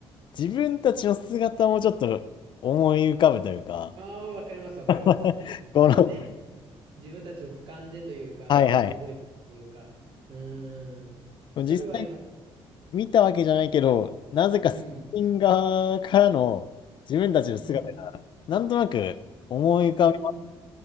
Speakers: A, on the left (about 55°); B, on the right (about 65°).
A: 自分たちの姿もちょっと思い浮かぶというか、
B: ああ、わかります、わかります。
A: <laughs> この、
B: なんかね、自分たちを俯瞰でというか、
A: はいはい。
B: 覚えてるというか。うーん。それはありますね。
A: 実際見たわけじゃないけど、なぜかスピン側からの自分たちの姿がなんとなく思い浮かぶ
B: うん。うん。うん。